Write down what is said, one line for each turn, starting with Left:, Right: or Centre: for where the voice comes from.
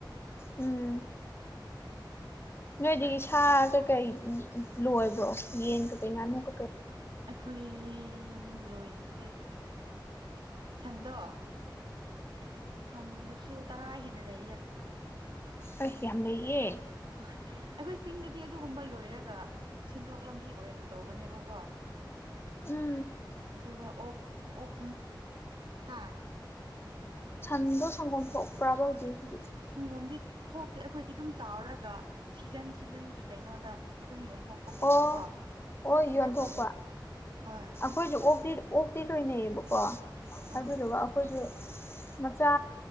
Left: ꯎꯝ ꯅꯣꯏꯗꯒꯤ ꯁꯥ ꯀꯩꯀꯩ ꯂꯣꯏꯕ꯭ꯔꯣ ꯌꯦꯟ ꯀꯩꯀꯩ ꯉꯥꯅꯨ ꯀꯩꯀꯩ
Right: ꯑꯩꯈꯣꯏ ꯂꯣꯏꯕꯁꯦ ꯁꯟꯗꯣ ꯁꯟꯗꯨꯁꯨ ꯇꯔꯥ ꯍꯦꯟꯅ ꯂꯩꯌꯦ
Left: ꯑꯩꯁ
Right: ꯑ
Left: ꯌꯥꯝ ꯂꯩꯌꯦ
Right: ꯍꯣꯏ ꯑꯩꯈꯣꯏ ꯆꯤꯡꯗꯗꯤ ꯑꯗꯨꯒꯨꯝꯕ ꯂꯣꯏꯔꯒ ꯁꯤꯟꯊꯣꯛ ꯂꯝꯕꯤ ꯑꯣꯏꯅ ꯇꯧꯕꯅꯦꯕꯀꯣ
Left: ꯎꯝ
Right: ꯑꯗꯨꯒ ꯑꯣꯛ ꯑꯣꯛ ꯍꯥꯥ
Left: ꯁꯟꯗꯣ ꯁꯪꯒꯣꯝ ꯊꯣꯛꯄ꯭ꯔꯕ ꯍꯧꯖꯤꯛ ꯍꯧꯖꯤꯛ
Right: ꯁꯪꯒꯣꯝꯗꯤ ꯊꯣꯛꯇꯦ ꯑꯩꯈꯣꯏꯗꯤ ꯑꯗꯨꯝ ꯆꯥꯎꯔꯒ ꯁꯤꯖꯟ ꯁꯤꯖꯟꯒꯤ ꯀꯩꯅꯣꯗ ꯑꯗꯨꯝ ꯌꯣꯟ ꯊꯣꯛꯄꯒꯨꯝꯕꯀꯣ
Left: ꯑꯣ
Right: ꯑꯗꯨꯃꯥꯏꯅ
Left: ꯍꯣꯏ ꯌꯣꯟꯊꯣꯛꯄ
Right: ꯇꯧꯋꯦ ꯍꯣꯏ
Left: ꯑꯩꯈꯣꯏꯁꯨ ꯑꯣꯛꯇꯤ ꯑꯣꯛꯇꯤ ꯂꯣꯏꯅꯩꯌꯦꯕꯀꯣ
Right: ꯑꯥ
Left: ꯑꯗꯨꯗꯨꯒ ꯑꯩꯈꯣꯏꯁꯨ ꯃꯆꯥ